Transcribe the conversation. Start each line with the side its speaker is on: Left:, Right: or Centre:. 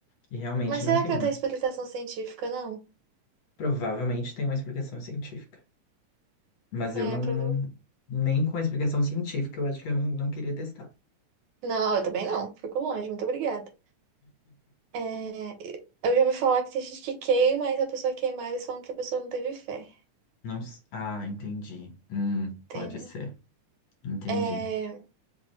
Left: E realmente
Right: Mas
Left: não
Right: será
Left: queimam.
Right: que não tem explicação científica, não?
Left: Provavelmente tem uma explicação científica. Mas
Right: É,
Left: eu não,
Right: provavelmente.
Left: não- nem com a explicação científica, eu acho que eu não, não queria testar.
Right: Não, eu também não. Fico longe, muito obrigada. É, eu já ouvi falar que tem gente que queima, e se a pessoa queimar, eles falam que a pessoa não teve fé,
Left: Não. s- Ah, entendi. Hum,
Right: entendeu?
Left: pode ser. Entendi.
Right: É,